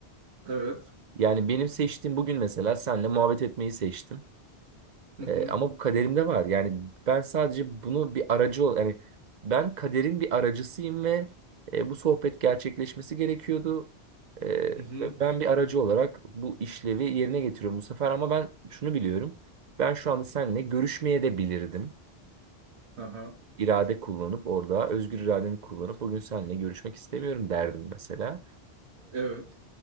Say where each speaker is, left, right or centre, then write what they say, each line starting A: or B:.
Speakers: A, on the right; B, on the right.
A: Evet.
B: Yani benim seçtiğim bugün mesela senle muhabbet etmeyi seçtim.
A: Hı
B: E,
A: hı.
B: ama bu kaderimde var. Yani ben sadece bunu bir aracı ol yani ben kaderin bir aracısıyım ve e, bu sohbet gerçekleşmesi gerekiyordu. E, ve
A: Hı hı.
B: ben bir aracı olarak bu işlevi yerine getiriyorum bu sefer ama ben şunu biliyorum. Ben şu anda seninle görüşmeye de bilirdim.
A: Aha.
B: İrade kullanıp orada özgür irademi kullanıp bugün seninle görüşmek istemiyorum derdim mesela.
A: Evet.